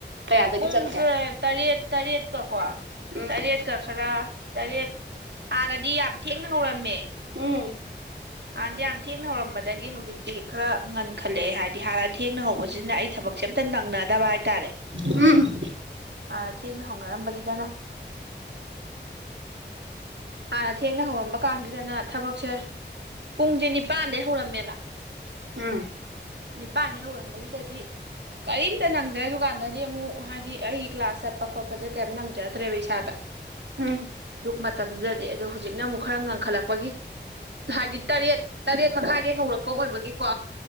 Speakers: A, on the right; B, on the right.
A: ꯀꯌꯥꯗꯒꯤ
B: ꯄꯨꯡꯁꯦ
A: ꯆꯠꯀꯦ
B: ꯇꯔꯦꯠ ꯇꯔꯦꯠꯇꯀꯣ
A: ꯎꯝ
B: ꯇꯔꯦꯠꯇ ꯈꯔ꯫ ꯇꯔꯦꯠ ꯍꯥꯟꯅꯗꯤ ꯌꯥꯝ ꯊꯦꯡꯅ ꯍꯧꯔꯝꯃꯦ꯫
A: ꯎꯝ꯫
B: ꯍꯥꯟꯗꯤ ꯌꯥꯝ ꯊꯦꯡꯅ ꯍꯧꯔꯝꯕꯗꯒꯤ ꯍꯧꯖꯤꯛꯇꯤ ꯈꯔ ꯉꯟꯈꯠꯂꯛꯑꯦ ꯍꯥꯏꯗꯤ ꯍꯥꯟꯅ꯫ ꯊꯦꯡꯅ ꯍꯧꯕꯁꯤꯅ ꯑꯩ ꯊꯕꯛꯁꯦ ꯑꯝꯇ ꯅꯪꯅꯗꯕ ꯍꯥꯏꯇꯥꯔꯦ꯫
A: ꯎꯝ꯫
B: ꯍꯥꯟꯅ ꯊꯦꯡꯅ ꯍꯧꯅꯔꯝꯕꯁꯤꯗꯅ ꯍꯥꯟꯅ ꯊꯦꯡꯅ ꯍꯧꯔꯝꯕ ꯀꯥꯟꯁꯤꯗꯅ ꯊꯕꯛꯁꯦ ꯄꯨꯡꯁꯦ ꯅꯤꯄꯥꯟꯗꯒꯤꯩ ꯍꯧꯔꯝꯃꯦꯕ
A: ꯎꯝ
B: ꯄꯥꯟꯅꯦꯩ ꯍꯧꯔꯝꯕꯁꯤꯗꯗꯤ ꯀꯔꯤꯝꯇ ꯅꯪꯗ꯭ꯔꯦ ꯗꯨꯀꯥꯟꯗꯗꯤ ꯑꯃꯨꯛ ꯍꯥꯏꯗꯤ ꯑꯩ ꯀ꯭ꯂꯥꯁ ꯆꯠꯄ ꯈꯣꯠꯄꯁꯦ ꯀꯩꯝꯇ ꯅꯪꯖꯗ꯭ꯔꯦꯕ ꯏꯁꯥꯗ
A: ꯎꯝ
B: ꯑꯗꯨꯛ ꯃꯇꯝꯗꯨꯗꯗꯤ ꯑꯗꯨ ꯍꯧꯖꯤꯛꯅ ꯑꯃꯨꯛ ꯈꯔ ꯉꯟꯈꯠꯂꯛꯄꯒꯤ ꯍꯥꯏꯗꯤ ꯇꯔꯦꯠ ꯇꯔꯦꯠ ꯃꯈꯥꯏꯗꯒꯤ ꯍꯧꯔꯛꯄ ꯑꯣꯏꯕꯒꯤꯀꯣ